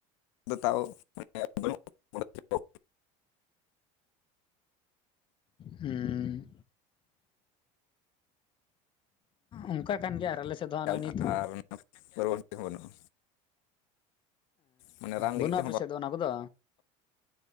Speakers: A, on the left; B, on the left.
A: ᱫᱚ ᱛᱟᱣ <unintelligible>
B: ᱦᱮᱸ ᱚᱱᱠᱟ ᱠᱟᱱ ᱜᱮᱭᱟ ᱟᱨ ᱟᱞᱮ ᱥᱮᱫ ᱫᱚ ᱦᱟᱸᱜ
A: <unintelligible>
B: ᱱᱚᱜᱼᱚᱭ ᱱᱤᱛ ᱦᱚᱸ
A: ᱟᱨ ᱯᱚᱨᱚᱵᱚᱨᱛᱤ ᱦᱚᱸ ᱵᱟᱹᱱᱩᱜᱼᱟ ᱢᱟᱱᱮ ᱨᱟᱱ
B: ᱵᱟᱹᱱᱩᱜᱼᱟ
A: ᱞᱟᱹᱜᱤᱫ ᱛᱮᱦᱚᱸ
B: ᱟᱯᱮ ᱥᱮᱫ ᱫᱚ ᱚᱱᱟ ᱠᱚᱫᱚ